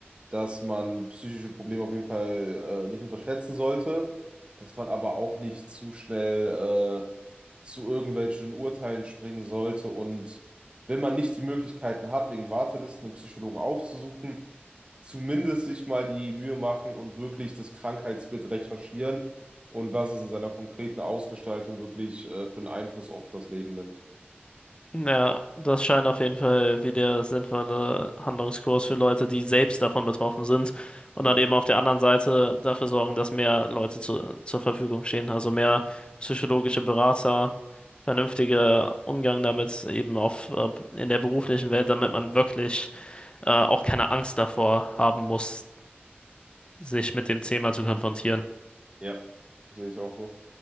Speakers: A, on the right; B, on the left.
A: dass man psychische Probleme auf jeden Fall äh, nicht unterschätzen sollte, dass man aber auch nicht zu schnell äh, zu irgendwelchen Urteilen springen sollte. Und wenn man nicht die Möglichkeiten hat, wegen Wartelisten einen Psychologen aufzusuchen, zumindest sich mal die Mühe machen und wirklich das Krankheitsbild recherchieren und was es in seiner konkreten Ausgestaltung wirklich äh, für einen Einfluss auf das Leben nimmt.
B: Ja, das scheint auf jeden Fall wie der sinnvolle Handlungskurs für Leute, die selbst davon betroffen sind und
A: Ja,
B: dann eben auf der anderen Seite dafür sorgen, dass mehr Leute zu, zur Verfügung stehen, also mehr psychologische Berater, vernünftiger Umgang damit eben auf äh, in der beruflichen Welt, damit man wirklich äh, auch keine Angst davor haben muss, sich mit dem Thema zu konfrontieren.
A: Ja. sehe ich auch so.